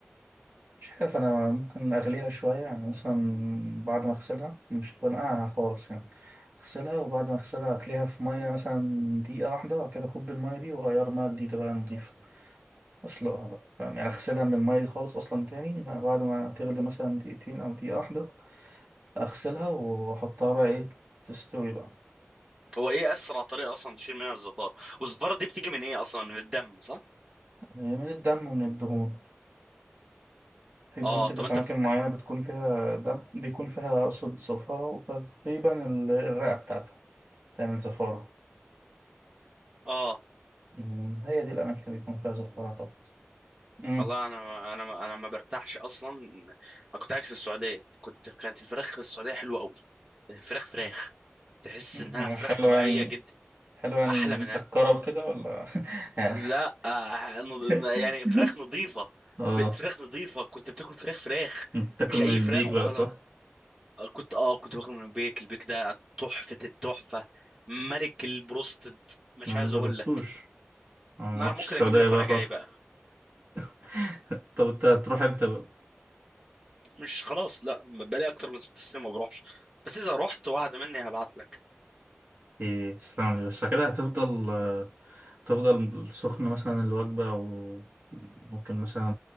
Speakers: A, on the right (about 45°); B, on the right (about 20°).
A: مش عارف أنا ممكن أغليها شوية يعني مثلا بعد ما أغسلها مش بنقعها خالص يعني أغسلها وبعد ما أغسلها أغليها في مية مثلا دقيقة واحدة وبعد كده أكب المية دي وأغير مية جديدة بقى نضيفة وأسلقها بقى فاهم؟ يعني أغسلها من المية دي خالص أصلا تاني بقى بعد ما تغلي مثلا دقيقتين أو دقيقة واحدة أغسلها وأحطها بقى إيه تستوي بقى
B: هو ايه اسرع طريقه اصلا تشيل منها الزفاره والزفاره دي بتيجي من ايه اصلا من الدم صح
A: يعني من الدم ومن الدهون في دهون
B: اه
A: كده
B: طب
A: في
B: انت
A: أماكن
B: بت...
A: معينة بتكون فيها دم بيكون فيها أقصد صفارة وتقريبا الرئة بتاعتها تعمل زفارة
B: اه
A: مم، هي دي الأماكن اللي بيكون فيها زفارة أعتقد امم
B: والله انا انا انا ما برتاحش اصلا انا كنت قاعد في السعوديه كنت كانت الفراخ في السعوديه حلوه قوي الفراخ فراخ تحس
A: أمم،
B: انها فراخ
A: حلو
B: طبيعيه
A: يعني
B: جدا
A: حلو يعني
B: احلى من
A: مسكرة
B: هنا
A: وكده ولا <laughs> يعني
B: لا آه نض...
A: <laughs>
B: يعني فراخ نظيفه
A: اه
B: ب... فراخ نظيفه كنت بتاكل فراخ فراخ
A: أنت بتاكل
B: مش
A: من
B: اي فراخ
A: البيك
B: وخلاص
A: بقى صح؟
B: آه، كنت اه كنت باكل من البيك البيك ده تحفه التحفه ملك البروستد مش
A: انا
B: عايز
A: ما جربتوش
B: اقول لك
A: انا ما
B: ما
A: رحتش
B: ممكن
A: السعودية
B: اجيب لك
A: بقى
B: وانا
A: خلاص
B: جاي بقى
A: <laughs> طب انت هتروح امتى بقى؟
B: مش خلاص لا بقالي اكتر من ست سنين ما بروحش بس اذا رحت وعد مني هبعت لك
A: ايه تسلم لي بس كده هتفضل آه، تفضل سخنة مثلا الوجبة وممكن مثلا